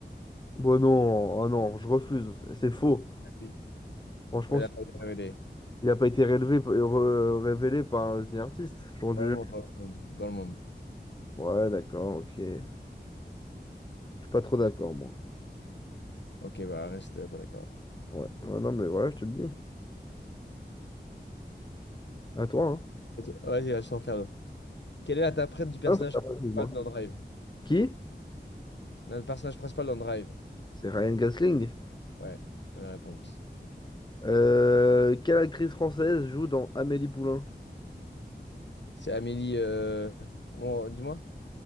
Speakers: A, on the left; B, on the left.
A: Bon non, ah non, je refuse. C'est faux.
B: Si.
A: Franchement,
B: Ouais, il
A: c'est-
B: a pas été révélé.
A: il n'a pas été rélevé, re- révélé par un The Artist. J'aurais dû...
B: Dans le monde, dans le monde. Dans le monde.
A: Ouais, d'accord, ok. Je suis pas trop d'accord, moi.
B: Ok, bah reste euh, pas d'accord.
A: Ouais. Ouais, non, mais voilà, je te le dis. À toi, hein.
B: Et toi- Vas-y, là, je t'en fais un autre. Quelle est l'interprète du personnage
A: Ah, c'est pas
B: principal
A: possible, moi.
B: dans Drive?
A: Qui?
B: Le personnage principal dans Drive.
A: C'est Ryan Gosling.
B: Ouais, bonne réponse.
A: Euh, quelle actrice française joue dans Amélie Poulain?
B: C'est Amélie. euh, bon, dis-moi.